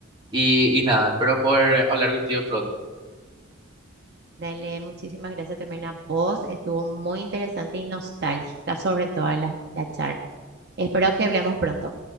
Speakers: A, on the right; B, on the right.
A: Y, y nada, espero poder hablar contigo pronto.
B: Dale, muchísimas gracias también a vos. Estuvo muy interesante y nostálgica sobre toda la, la charla. Espero que hablemos pronto.